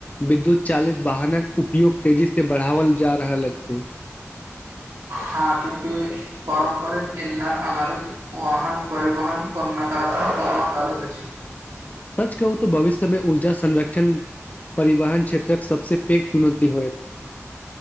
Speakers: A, on the left; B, on the right.
A: विद्युत चालित वाहनक उपयोग तेजीसँ बढ़ाओल जा रहल अछि।
B: हँ, क्योकि पारम्परिक इन्धन आधारित वाहन परिवहन को न कर को करैत अछि।
A: सच कहू तऽ भविष्य मे ऊर्जा संरक्षण परिवहन क्षेत्रक सभ सँ पैघ चुनौती होयत।